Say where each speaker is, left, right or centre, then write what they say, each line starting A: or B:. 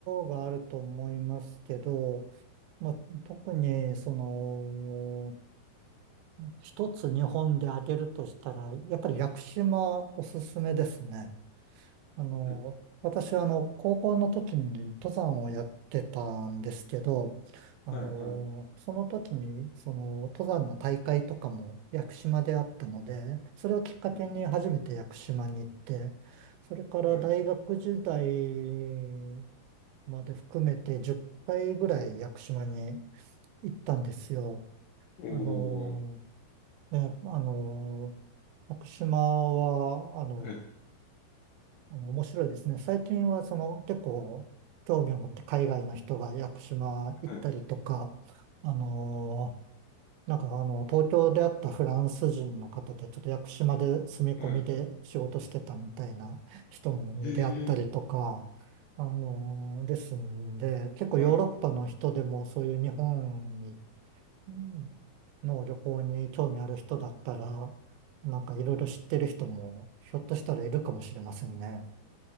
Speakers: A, on the right; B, on the left.
A: ろがあると思いますけど、まあ、特に、その、一つ日本で挙げるとしたら、やっぱり屋久島おすすめですね。あの、
B: うん
A: 私はあの、高校の時に登山をやってたんですけど、あの、
B: はい、はい、
A: その時に、その、登山の大会とかも屋久島であったので、それをきっかけに初めて屋久島に行って、
B: はい、
A: それから大学時代
B: はい。
A: まで含めて10回ぐらい屋久島に行ったんですよ。
B: おー、
A: あの、え、あの、屋久島は、あの、
B: はい、
A: あの面白いですね。最近はその結構興味を持って海外の人が屋久島行ったりとか、
B: はい、
A: あのーなんかあの東京であったフランス人の方でちょっと屋久島で住み込みで仕事してたみたいな人に出会ったりとか、
B: はい。へえ、
A: あのーですんで、結構ヨーロッパの人でもそういう日本に
B: はい。
A: うんの旅行に興味ある人だったら、なんかいろいろ知ってる人もひょっとしたらいるかもしれませんね。